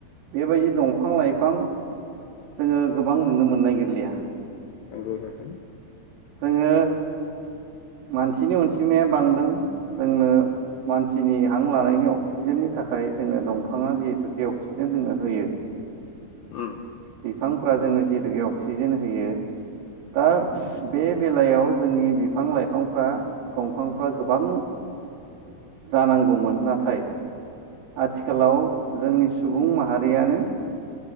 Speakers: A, on the right; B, on the left.
A: बेबायदि दंफां लाइफां जोङो गोबां नुनो मोननाय गोरलिया
B: नंगौ नोंथां।
A: जोङो मानसिनि अनसिमाया बांदों जोंनो मानसिनि हां लानायनि अक्सिजेननि थाखाय जोंनो दंफाङा जिहेतु अक्सिजेन जोंनो होयो।
B: उम
A: बिफांफ्रा जोंनो जिथुखे अक्सिजेन होयो दा बे बेलायाव जोंनि बिफां लाइफांफ्रा दंफांफ्रा गोबां जानांगौमोन नाथाय आथिखालाव जोंनि सुबुं माहारियानो